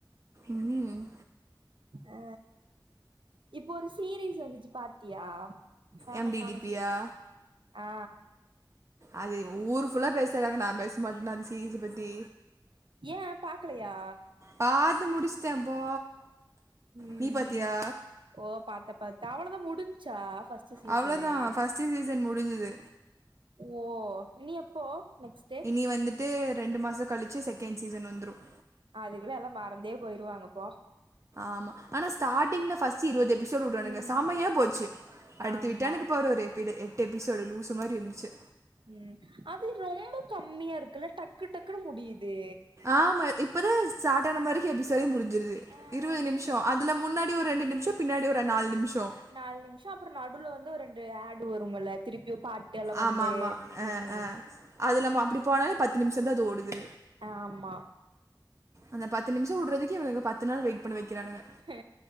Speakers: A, on the right; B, on the right.
A: ம்
B: அ இப்போ ஒரு சீரீஸ் வந்துச்சு பாத்தியா ஃபேமஸ்
A: எம் டி
B: ஆன
A: டி பி
B: சீரீஸ்
A: யா
B: ஆ
A: அது ஊரு ஃபுல்லா பேசுறாங்க நான் பேச மாட்னா அந்த சீரீஸ் அ பத்தி
B: ஏன் பாக்கலையா
A: பாத் முடிச்ட்டேன்ப்பா
B: ம்
A: நீ பாத்தியா
B: ஓ பாத்த பாத்த அவ்ளதான் முடிஞ்ச்சா ஃபர்ஸ்ட் சீசனு
A: அவ்வளோதான் ஃபர்ஸ்ட் சீசன் முடிஞ்சுது
B: ஓ நீ எப்போ நெக்ஸ்ட்
A: நீ வந்துட்டு ரெண்டு மாசம் கழிச்சு செகண்ட் சீசன் வந்துரும்
B: அதுக்குள்ள எல்லாம் மறந்தே போயிருவாங்க போ
A: ஆமா ஆனா ஸ்டார்டிங்ல ஃர்ஸ்ட் ச்சி இருபது எபிசோடு் உடுரானுங்க
B: ம்
A: சாமையா போச்சு அடுத்து
B: ஆமா
A: விட்டனுக்கு பாரு ஒரு பிது எட்டு எபிசோடு லூசு மாரி இருந்ச்சு
B: ம் அது ரொம்ப கம்மியா இருக்குல்ல டக்கு டக்குன்னு முடியுது
A: ஆமா இப்பதான் சாட்டான மாரிக்கு எபிசோடே முடிஞ்சிருது
B: ஆ
A: இருபது
B: அதுக்குள்ள
A: நிமிஷம் அதுல முன்னா டி ஒரு ரெண்டு நிமிஷோம் பின்னாடி ஒரு நாலு நிமிஷோம்
B: நாலு நிமிஷ அப்பறோ நடுல வந்து ஒரு ரெண்டு ஆடு வரும்ல திருப்பியு பாட் டெல்லா வந்து
A: ஆமா ஆமா அஹ்
B: ம்
A: அஹ் அது நம்ம அப்டி போனாலே பத்து நிமிஷந்தா அது ஓடுது
B: ஆமா
A: அந்த பத்து நிமிஷ விடறதுக்கு இவளுக பத்து நாள் வெயிட் பண்ண வைக்கிறானுங்க
B: ஆ